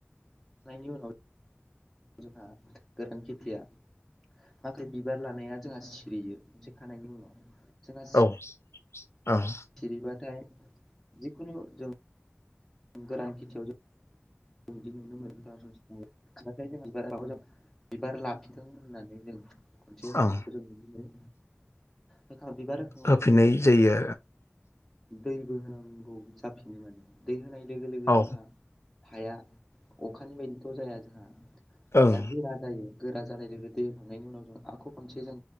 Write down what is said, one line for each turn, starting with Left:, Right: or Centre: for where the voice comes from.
Centre: उनाव जोंहा गोरान खेथिया नाथाय बिबार लानाया जोंहा सिरियो मोनसे खानायनि उनाव जोंहा
Left: औ
Centre: सिरिबाथाय जिखुनु जों गोरान खेथियाव जों बिदि नुनो मोनो <unintelligible> बिबार लाफिथों होननानै जों खनसे होनायखौ
Left: ओं
Centre: जों नुनो मोनो जिंखा बिबार होखांनायनि
Left: होफिननाय
Centre: उनाव जोङो
Left: जायो
Centre: दैबो होनांगौ जाफिनो मोनो दै होनाय लोगो लोगो
Left: आरो औ
Centre: जोंहा हाया अखानि बायदिथ' जाया जोंहा
Left: ओं
Centre: हाया गोरा जायो गोरा जानाय लोगो दैखांनायनि उनाव जों आख' खनसे जों